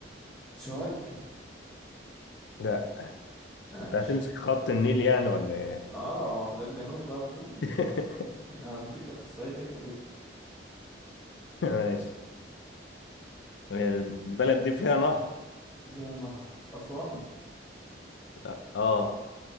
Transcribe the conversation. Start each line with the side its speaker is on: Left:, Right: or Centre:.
Centre: سوهاج
Left: لا
Centre: ماشي
Left: انت هتمسك خط النيل يعني ولا ايه
Centre: اه ما هو ده الجنوب بقى كله
Left: <laughs>
Centre: <laughs> همسك لك الصعيد حتة حتة
Left: ماشي البلد دي فيها نهر
Centre: فيها نهر أسوان
Left: لا. اه